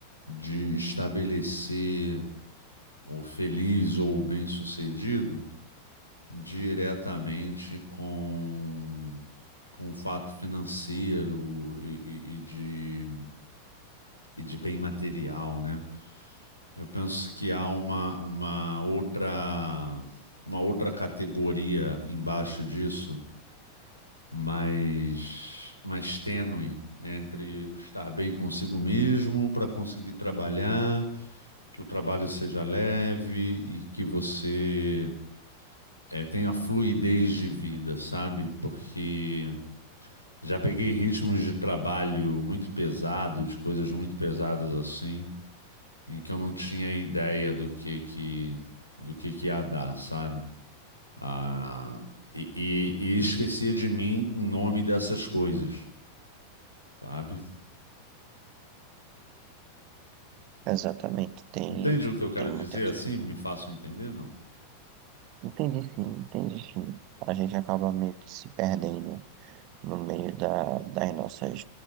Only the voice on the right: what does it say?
Exatamente, tem,
tem muitas.
Entendi sim, entendi sim. A gente acaba meio que se perdendo no meio da, das nossas,